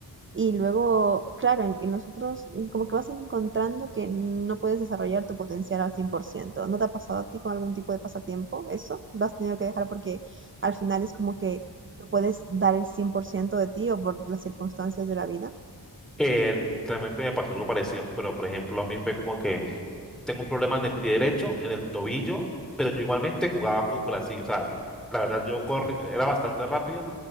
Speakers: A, on the right; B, in the centre.
A: Y luego, claro, en, en los otros mm, como que vas encontrando que no puedes desarrollar tu potencial al cien por ciento ¿No te ha pasado a ti con algún tipo de pasatiempo eso? ¿Lo has tenido que dejar porque al final es como que no puedes dar el 100% de ti o por las circunstancias de la vida?
B: Eh, realmente me pasó algo parecido, pero por ejemplo, a mí fue como que tengo un problema en el pie derecho, en el tobillo, pero yo igualmente jugaba fútbol así, o sea, la verdad yo corrí, era bastante rápido